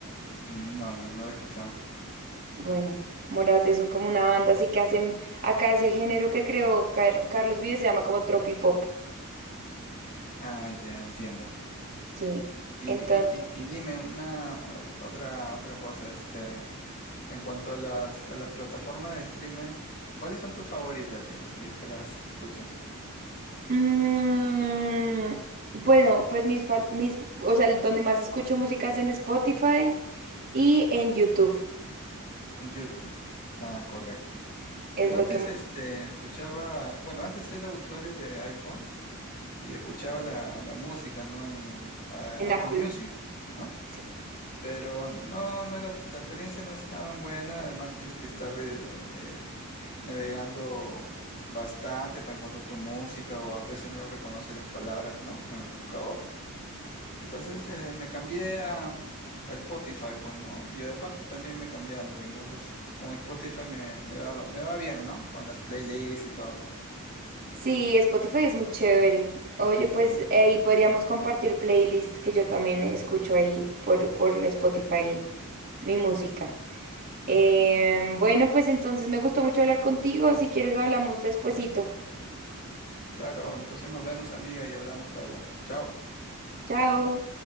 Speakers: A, on the left (about 40°); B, on the right (about 40°).
A: Mm, No, no, no lo he escuchado.
B: Bueno, Morat es un- como una banda, así que hacen acá ese género que creó Car- Carlos Vives se llama como tropipop.
A: Ah, ya entiendo.
B: Sí.
A: Y,
B: Entonces,
A: di- y, y- y dime una ot- otra, otra cosa, este, en cuanto a las, a las plataformas de streaming, ¿cuáles son tus favoritas, si, es- si es que las escuchas?
B: mm, bueno, pues mis, fa- mis, o sea, donde más escucho música es en Spotify y en YouTube.
A: YouTube. Ah, correcto. Yo
B: Es
A: antes
B: lo que más-
A: este, escuchaba, bueno, antes era usuario de iPhone y escuchaba la, la música, ¿no? En el, a-
B: en
A: Apple
B: Apple.
A: Music, ¿no?
B: Sí,
A: Pero no, no era, la experiencia no es tan buena, además tienes que estar eh, eh, navegando bastante para encontrar tu música o a veces no reconoce las palabras, ¿no? En el buscador. Entonces eh, me cambié a, a Spotify, pues, ¿no? Y aparte también me cambié a Android. Entonces, con Spotify me, me va, me va bien, ¿no? Con las playlists y todo.
B: Sí, Spotify es muy chévere. Oye, pues ahí podríamos compartir playlist que yo también escucho ahí por, por Spotify mi música. Em, bueno, pues entonces me gustó mucho hablar contigo. Si quieres, hablamos despuesito.
A: Claro, entonces nos vemos, amiga, y hablamos luego. Chao.
B: Chao.